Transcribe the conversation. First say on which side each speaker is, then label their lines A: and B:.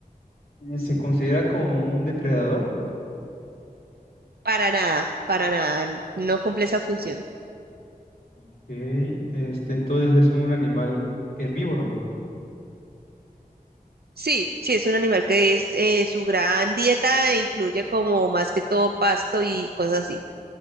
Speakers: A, on the left; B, on the right.
A: eh, se considera como un depredador,
B: Para nada, para nada, no cumple esa función.
A: ok, Este, entonces es un animal herbívoro,
B: Sí, sí, es un animal que es eh, su gran dieta e incluye como más que todo pasto y cosas así.